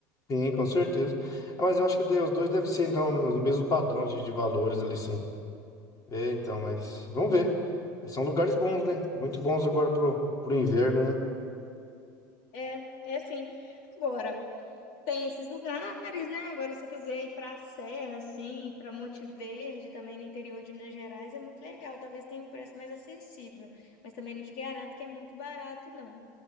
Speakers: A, on the left; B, on the left.
A: Sim, com certeza. Ah, Mas eu acho que de- os dois devem ser, então, no mesmo padrão de, de valores ali, sim. É, então, mas vamos ver. Mas são lugares bons, né? Muito bons agora pro, pro inverno, né?
B: É, é sim. Agora, Tem esses lugares, né? Agora, se você quiser ir para a Serra, assim, para Monte Verde, também no interior de Minas Gerais, é muito legal. Talvez tenha um preço mais acessível, mas também não te garanto que é muito barato, não.